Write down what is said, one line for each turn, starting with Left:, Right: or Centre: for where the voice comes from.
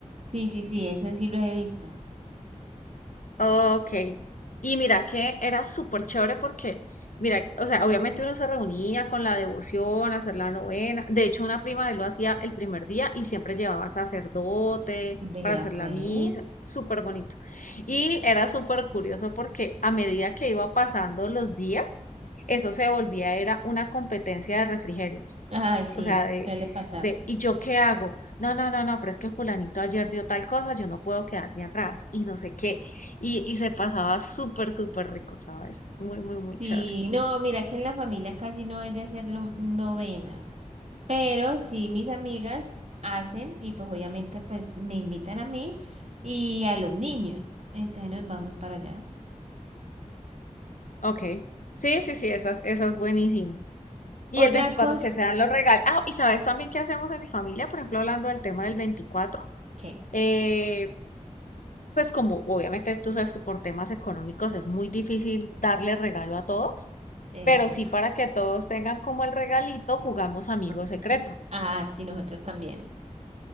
Right: Sí, sí, sí, eso sí lo he visto.
Left: Ok. Y mira que era súper chévere porque, mira, o sea, obviamente uno se reunía con la devoción, hacer la novena. De hecho, una prima de él lo hacía el primer día y siempre llevaba sacerdote
Right: Vea
Left: para hacer
Right: pues.
Left: la misa. Súper bonito. Y era súper curioso porque a medida que iba pasando los días, eso se volvía, era una competencia de refrigerios
Right: Ah, sí,
Left: o sea, de,
Right: suele pasar.
Left: de, ¿y yo qué hago? No, no, no, no, pero es que fulanito ayer dio tal cosa, yo no puedo quedarme atrás y no sé qué. Y, y se pasaba súper, súper rico, ¿sabes? Muy, muy, muy
Right: Sí,
Left: chévere.
Right: no, mira, es que en la familia casi no es de hacer lo- novenas, pero sí mis amigas hacen y pues obviamente pues me invitan a mí y a los niños, entonces nos vamos para allá.
Left: Ok. Sí, sí, sí, esa, es- esa es buenísima. Y
Right: Otra
Left: el 24
Right: cosa,
Left: que sean
Right: <laughs>
Left: los regalos. Ah, y sabes también qué hacemos en mi familia, por ejemplo, hablando del tema del veinticuatro
Right: ¿qué?
Left: Eh, pues como obviamente tú sabes que por temas económicos es muy difícil darle regalo a todos,
Right: Eso.
Left: pero sí para que todos tengan como el regalito, jugamos amigo
Right: no
Left: secreto
Right: sé. Ah, sí, nosotros también.